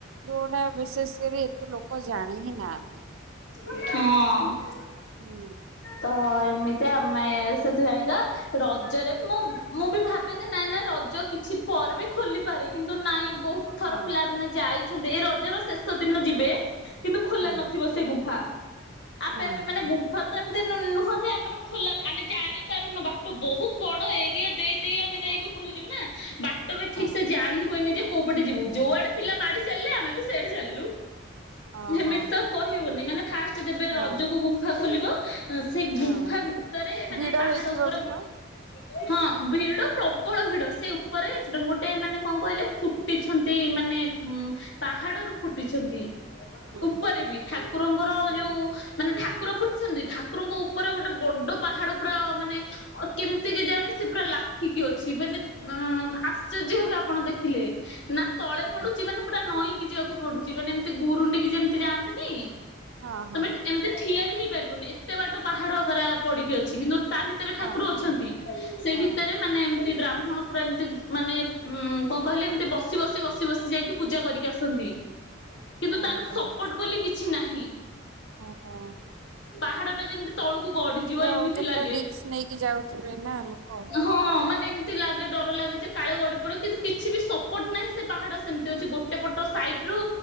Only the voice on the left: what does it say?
ହଁ।
ତ ଏମିତି ଆମେ ସେଥିପାଇଁକା ରଜରେ ମୁଁ ମୁଁ ବି ଭାବେ ଯେ ନାଇଁ ନାଇଁ ରଜ କିଛି ପରେ ବି ଖୋଲିପାରେ କିନ୍ତୁ ନାଇଁ ବହୁତ ଥର
ପିଲା ମାନେ ଯାଇଛନ୍ତି ଏଇ ରଜର ଶେଷ ଦିନ ଯିବେ କିନ୍ତୁ ଖୋଲା
ନଥିବ ସେ ଗୁମ୍ଫା। ଆପେ
ଆପେ ମାନେ
ଗୁ ସେମିତି ନୁହଁ ଯେ ଆମର ଖୋଲା ଆମେ ଜାଣିପାରୁନୁ ବାଟ ବହୁତ ବଡ ଏରିଆ ଦେଇ ଦେଇେଇ ଆମେ ଯାଇକି ଉପରକୁ ଯିବୁ ନା ବାଟ ବି
ଠିକ
ସେ
ଯା ପାଣି ହୁଏନି ଯେ କୋଉ ପଟେ ଯିବୁ ଯଉ ଆଡ଼େପିଲା ମାଡ଼ି ଚାଲିଲେ ଆମେ ବି ସେଆଡେ ଚାଲିଲୁ।
ସେମିତି ତ କହିବନି ମାନେ ଫାଷ୍ଟ ଯେବେ
ରଜକୁ ଗୁମ୍ଫା ଖୋଲିବ ସେ ଗୁମ୍ଫା
ଭିତରେ ମାନେ
ପାହାଡ
ଉପରେ
ହଁ ଭିଡ ପ୍ରବଳ ଭିଡ ସେ ଉପରେ ଗୋଟେ ମାନେ କଣ କହିଲେ ଫୁଟିଛନ୍ତି ମାନେ ଉ ପାହାଡରୁୁ ଫୁଟିଛନ୍ତି।
ଉପରେ ବି ଠାକୁରଙ୍କର
ଯୋଉ ମାନେ ଠାକୁର ଫୁଟ ଛନ୍ତି ଠାକୁରଙ୍କ ଉପରେ ଗୋଟେ ବଡ ପାହାଡ ପୁରା ମାନେ କେମିତି କି ଜାଣି ସେ ପୁରା ଲାଖିକି ଅଛି ମାନେ ଅ ଆଶ୍ଚର୍ଯ୍ୟ ବି ଆପଣ ଦେଖିଲେ ନା ତଳେ
ପଡୁଛି
ମାନେ ପୁରା ନଈଁକି ଯିବାକୁ ପଡୁଛି ମାନେ ଏମିତି ଗୁରୁଣ୍ଡିକି ଯେମିତି ଯାଆନ୍ତିନି
ତମେ ଏମିତି ଠିଆ ବି ହେଇପାରିବୁନି ଏତେ ବାଟ ପାହାଡ ପରା ପଡିକି ଅଛି କିନ୍ତୁ ତା ଭିତରେ ଠାକୁର
ଅଛନ୍ତି
ସେ
ଭିତରେ
ମାନେ ଏମିତି ବ୍ରାହ୍ମଣ ପୁରା ଏମିତି ମାନେ ଉ କଣ କହିଲେ ଏମତି ବସି ବସି ବସି ବସି ଯାଇକି ପୂଜା କରିକି ଆସନ୍ତି। କିନ୍ତୁ
ତାର ସପୋର୍ଟ ବୋଲି କିଛି ନାହିଁ।
ପାହାଡ ଟା ଯେମିତି ତଳକୁ ଗଢଯିବ
ଏମିତି
ଲାଗେ
ହଁ ମାନେ ଲାଗେ ଡର ଲାଗେ ଯେ କାଳ ଗଡ଼ି ପଡ଼ କିନ୍ତୁ କିଛି ବି ସପୋର୍ଟ ନାହିଁ ସେ ପାହାଡ଼ ସେମିତି ଅଛି ଗୋଟେ ପଟ ସାଇଟ ରୁ